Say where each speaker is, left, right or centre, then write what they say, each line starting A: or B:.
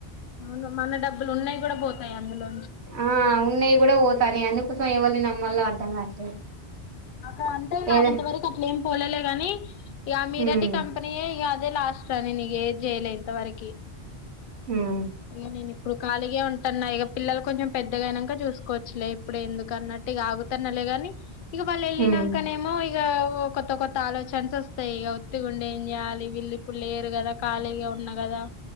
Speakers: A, on the left; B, on the right.
A: మ మన డబ్బులు ఉన్నాయి. కూడా పోతాయి అందులో
B: ఆ ఉన్నాయి కూడా పో కానీ అందుకోసం ఎవల్లి నమ్మలో అర్థం కావట్లేదు.
A: అక్క అంటే అల్లు
B: ఏదా
A: ఇంతవరకు అట్లే ఏం పోలేలే గాని ఇక మీ
B: ఉమ్
A: రే టి కంపెనీయే ఇక అదే లాస్ట్ టనీ నీ గేది జయలే ఇంత వరకి
B: ఉమ్
A: ఇగ నేను ఇప్పుడు ఖాళీగే ఉంటాన్నా ఇగా పిల్లలు కొంచెం పెద్దగా అయి నంక చూసుకోవచ్చులే ఇప్పుడు ఎందుకు అన్నట్టు ఇగా ఆగుతన్నలే గాని ఇక వాళ్ళు ఎల్లి
B: ఉమ్
A: నాంక నేమో ఇగా కొత్త కొత్త ఆలోచన్స్ ఓస్తాయి ఇగ ఉత్తిగా ఉండి ఏం చేయాలి. వీళ్ళు ఇప్పుడు లేర్ గకదా, ఖాళీగా ఉన్నా కదా.